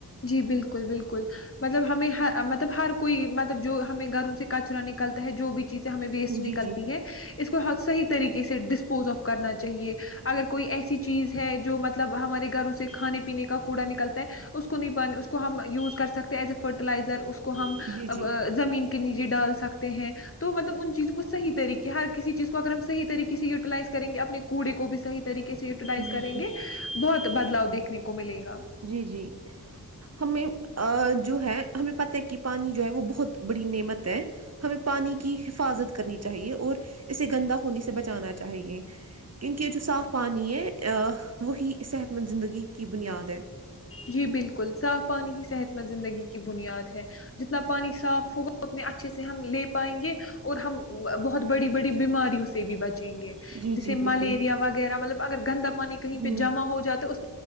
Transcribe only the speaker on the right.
جی
جی
جی جی
جی
جی
جی جی ہمیں جو ہے ہمیں پت ہے کہ پانی جو ہے وہ بہت بڑی نعمت ہے ہمیں پانی کی حفاظت کرنی چاہیے اور اسے گندا ہونے سے بچانا چاہیے کیونکہ یہ جو صاف پانی ہے وہی صحت مند زندگی کی بنیاد ہے
جی
جی
بالکل
ہوں